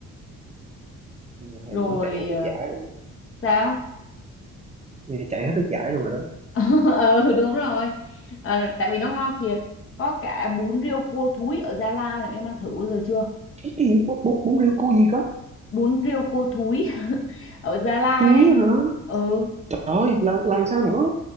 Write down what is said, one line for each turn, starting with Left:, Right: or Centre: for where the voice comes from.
Right: Nhà thầy
Left: rồi
Right: nó chạy hết nước
Left: ờ,
Right: giải rồi nè.
Left: sao
Right: Nghe chạy hết nước giải luôn rồi đó
Left: <laughs> ừ đúng rồi Ờ, tại vì nó ngon thiệt có cả bún riêu cua thúi ở Gia Lai này, em ăn thử bao giờ chưa
Right: cái gì bún bún bún riêu cô gì có
Left: bún riêu cua thúi <laughs> ở Gia Lai
Right: thúi
Left: ấy
Right: á hả
Left: ừ
Right: trời làm làm sao nữa